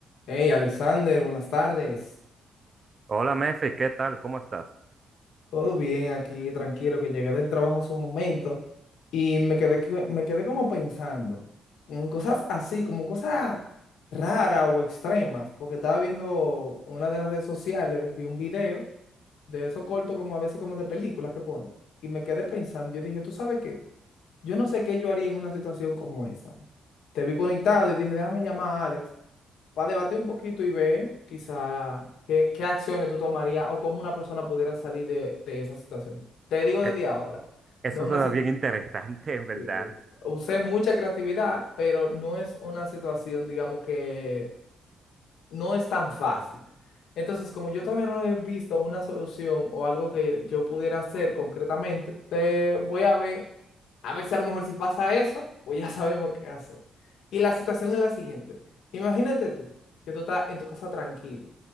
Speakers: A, on the left; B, on the right.
A: Hey, Alexander, buenas tardes.
B: Hola, Mefi, ¿qué tal? ¿Cómo estás?
A: Todo bien aquí, tranquilo, que llegué del trabajo hace un momento y me quedé, que- me quedé como pensando, como en cosas así, como cosas raras o extremas, porque estaba viendo en una de las redes sociales, vi un video de eso corto como a veces como de películas que ponen y me quedé pensando, yo dije, ¿tú sabes qué? Yo no sé qué yo haría en una situación como esa. Te vi conectado y dije, déjame llamar a Alex Para debatir un poquito y ver quizá qué, qué acciones tú tomarías o cómo una persona pudiera salir de, de esa situación. Te digo
B: Eh,
A: desde ahora,
B: eso
A: no una,
B: suena
A: si-
B: bien interesante, en verdad.
A: eh,
B: <laughs>
A: usé mucha creatividad, pero no es una situación, digamos, que no es tan fácil. Entonces, como yo todavía no he visto una solución o algo que yo pudiera hacer concretamente, te voy a ver. A ver si a lo mejor si pasa eso, pues ya sabemos qué hacer. Y la situación es la siguiente. Imagínate tú, que tú estás en tu casa tranquilo,